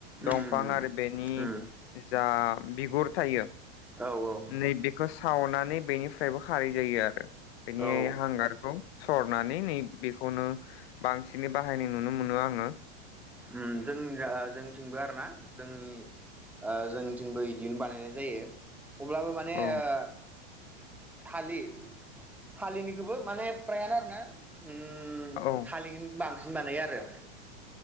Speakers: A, in the centre; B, on the left (about 65°).
A: उम
B: दंफां आरो बेनि
A: उम
B: जा बिगुर थायो
A: औ - औ
B: नै बेखौ सावनानै बेनिफ्रायबो खारै जायो आरो बेनि
A: औ
B: हांगारखौ सरनानै नै बेखौनो बांसिनै बाहायनाय नुनो मोनो आङो
A: ओम - जों- जा जोंनिथिंबो आरोना जोंनि- ओ - जोंनिथिंबो इदिनो बानायनाय जायो अब्लाबो माने
B: औ
A: -ओ थालिर थालिरनिखोबो माने प्रायानो आरो ना ओम
B: औ
A: थालिनो बां हुनानै आरो